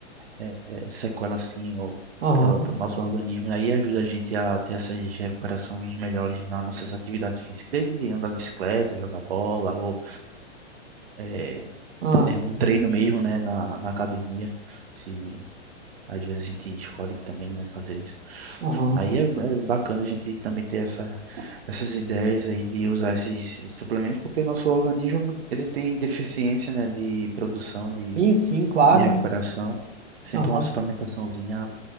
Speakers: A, on the right; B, on the right.
A: é, sequela assim ou
B: Aham.
A: para o nosso organismo. Aí ajuda a gente a ter essas recuperações melhores nas nossas atividades físicas, desde andar de bicicleta, jogar bola ou é,
B: Aham.
A: tre- é um treino mesmo, né, na, na academia. Se às vezes a gente escolhe também, né, fazer isso.
B: Aham.
A: Aí é, é bacana a gente também ter essa, essas ideias aí de usar esses suplementos, porque nosso organismo ele tem deficiência, né, de produção de
B: Sim, sim, claro,
A: de recuperação.
B: né?
A: Sempre
B: Aham.
A: uma suplementaçãozinha